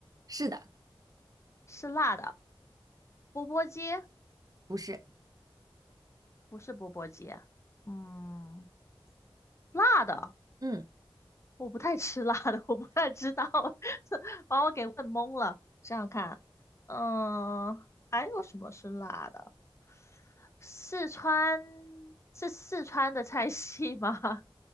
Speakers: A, on the right; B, on the left.
A: 是的，
B: 是辣的，钵钵鸡
A: 不是，
B: 不是钵钵鸡，嗯，辣的。
A: 嗯
B: 我不太吃辣的，我不太知道，<laughs> 把我给问懵了。想想看，嗯，还有什么是辣的？四川是四川的菜系吗？